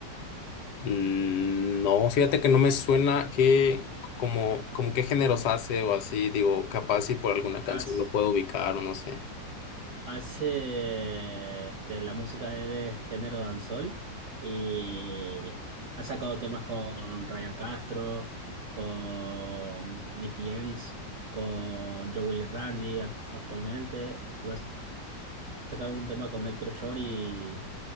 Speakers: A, on the left (about 65°); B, on the right (about 50°).
A: Mm, No, fíjate que no me suena que como, como qué géneros hace o así, digo, capaz si por alguna canción
B: Haz-
A: lo puedo ubicar o no sé.
B: hace este, la música de género dancehall y ha sacado temas con Ryan Castro, con Diffie Yanks, con Joe Willy Randy ac- actualmente. Y va a sacar un tema con Héctor Shore y,